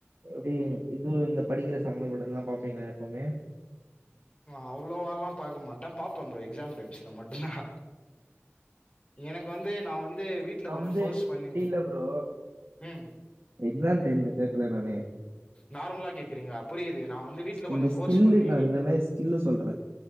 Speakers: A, on the right (about 60°); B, on the left (about 25°).
A: எப்டி இது இந்த படிக்கிற சம்பமந்தப்பட்டதெல்லா பாப்பீங்ளா எப்புமே
B: அவ்ளோவா எல்லாம் பாக்க மாட்டன் பாப்பேன் ப்ரோ எக்ஸாம் டைம்ஸ்ல மட்டுந்தான் எனக்கு வந்து நா வந்து வீட்ல
A: நான்
B: கொஞ்சோ
A: வந்து
B: ஃபோர்ஸ் பண்ணி
A: இப்படி இல்ல ப்ரோ
B: ம்
A: எக்ஸாம் டைம்ல கேக்கல நானு
B: நார்மலா கேக்கறீங்க புரிது நா வந்து வீட்ல கொஞ்சோ
A: இந்த
B: ஃபோர்ஸ்
A: ஸ்கில்லு
B: பண்ணி
A: நான் இந்த மாதிரி ஸ்கில்லு சொல்றேன்